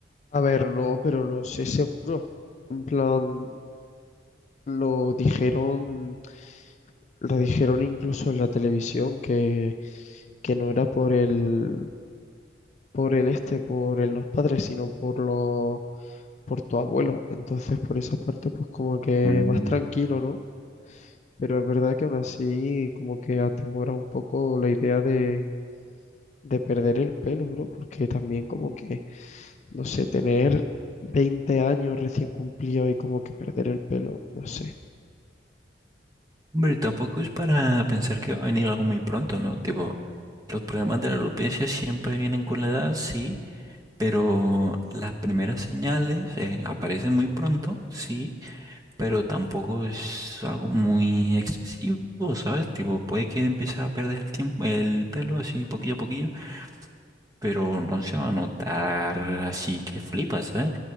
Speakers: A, on the left; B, on the right.
A: A ver, no, pero lo sé seguro. En plan, lo dijeron, lo dijeron incluso en la televisión que, que no era por el, por el este, por el- los padres, sino por los, por tu abuelo. Entonces, por esa parte, pues como que
B: Mm.
A: más tranquilo, ¿no? Pero es verdad que aún así, como que atemora un poco la idea de, de perder el pelo, bro, porque también como que no sé, tener 20 años recién cumplido y como que perder el pelo, no sé.
B: Hombre, tampoco es para pensar que va a venir algo muy pronto, ¿no? Tipo, los problemas de la alopecia siempre vienen con la edad, sí, pero las primeras señales eh, aparecen muy pronto, sí, pero tampoco es algo muy excesivo, ¿sabes? Tipo, puede que empieces a perder el tiempo, el pelo así poquillo a poquillo, pero no se va a notar así que flipas, ¿sabes?